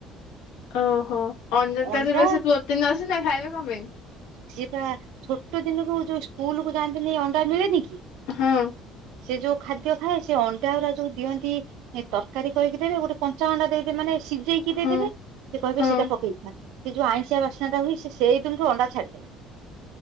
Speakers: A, on the left; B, on the right.
A: ଓହୋ। ଅଣ୍ଡାଟାରେ
B: ଅଣ୍ଡା
A: ବେସି ପ୍ରୋଟିନ ଅଛି ନା ଖାଇବେ କଣ ପାଇଁ?
B: ସିଏ ବା, ଛୋଟ ଦିନରୁ ଯୋଉ ସ୍କୁଲକୁ ଯାଆନ୍ତିନି ଅଣ୍ଡା ମିଳେନି କି
A: ହଁ।
B: ସିଏ ଯୋଉ ଖାଦ୍ୟ ଖାଏ, ସେ ଅଣ୍ଡା ଗୁରା ଯୋଉ ଦିଅନ୍ତି ଏ ତରକାରୀ କରିକି ଦେବେ, ଗୋଟେ କଞ୍ଚା ଅଣ୍ଡା ଦେଇଦେବେ ମାନେ ସିଝେଇକି ସିଜେଇକି ଦେଇଦେବେ,
A: ହଁ
B: ସେ କହିବେ
A: ହଁ।
B: ସେଇଟା ପକେଇକି ଖା। ସେ ଯୋଉ ଆଇଁଷିଆ ବାସ୍ନାଟା ହୁଏ ସେ ସେଇଦିନଠୁ ଅଣ୍ଡା ଛାଡେ